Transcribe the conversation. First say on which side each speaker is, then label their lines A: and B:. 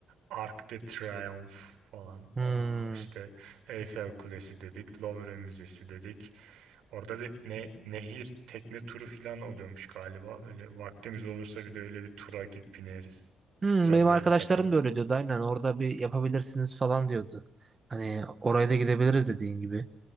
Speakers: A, on the right; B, on the right.
A: Arc de Triomphe falan.
B: Hmm.
A: Aa, işte Eiffel Kulesi dedik. Louvre Müzesi dedik. Orada bir ne, nehir tekne turu falan oluyormuş galiba. Böyle vaktimiz olursa bir de öyle bir tura gidip bineriz.
B: Hmm,
A: Biraz
B: benim
A: da
B: arkadaşlarım
A: öyle takılır.
B: da öyle diyordu. Aynen orada bir yapabilirsiniz falan diyordu. Hani oraya da gidebiliriz dediğin gibi.